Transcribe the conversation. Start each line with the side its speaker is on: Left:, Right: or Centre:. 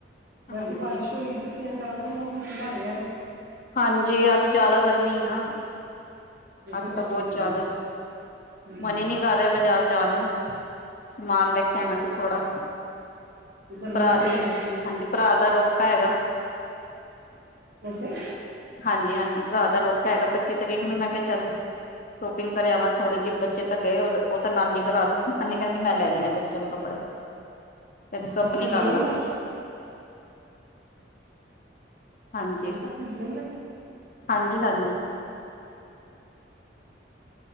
Right: ਵੈਸੇ
Left: ਹਾਂਜੀ-ਹਾਂਜੀ
Right: ਬਾਰਿਸ਼ ਹੋ ਗਈ ਸੀ ਤਿੰਨ ਚਾਰ ਵਜੇ ਮੋਸਮ <unintelligible>
Left: ਹਾਂਜੀ ਅੱਜ ਜਿਆਦਾ ਗਰਮੀ ਆ <inaudible> ਅੱਜ
Right: ਜ਼ਿਆਦਾ
Left: ਤਾਂ ਬਹੁਤ
Right: ਹੋਈ ਗਈ
Left: ਜ਼ਿਆਦਾ
Right: ਹਮ
Left: ਮਨ ਹੀ ਨੀ ਕਰ ਰਿਹਾ ਬਾਜ਼ਾਰ ਜਾਣ ਨੂੰ ਸਮਾਨ ਲੈ ਕੇ ਆਣਾ ਕਿ ਥੋੜਾ
Right: ਤੇ ਗਰਮੀ
Left: ਭਰਾ
Right: ਤਾਂ
Left: ਦੀ
Right: ਹੈ ਗਰਮੀ
Left: ਹਾਂਜੀ ਭਰਾ ਦਾ ਰੋਕਾ ਹੈਗਾ
Right: ਓਕੇ
Left: ਹਾਂਜੀ ਹਾਂਜੀ ਭਰਾ ਦਾ ਰੋਕਾ ਹੈਗਾ ਪੱਚੀ ਤਰੀਕ ਨੂੰ ਮੈਂ ਕਿਹਾ ਚੱਲੂ ਸ਼ੋਪਿੰਗ ਕਰਿਆਾਂ ਥੋੜੀ ਜਿਹੀ ਬੱਚੇ ਤਾਂ ਗਏ ਉਹ ਉਹ ਤਾਂ ਨਾਨੀ <unintelligible> ਨਾਨੀ ਕਹਿੰਦੀ ਮੈਂ ਲੈ ਦੇਣੇ ਬੱਚਿਆਂ ਨੂੰ ਕੱਪੜੇ ਕਹਿੰਦੀ ਤੂੰ
Right: ਪੱਚੀ
Left: ਆਪਣੀ ਕਰ
Right: ਜੂਨ
Left: ਲਾ
Right: ਦਾ
Left: ਹਾਂਜੀ
Right: ਇਹ ਪੱਚੀ ਜੂਨ ਦਾ
Left: ਹਾਂਜੀ ਹਾਂਜੀ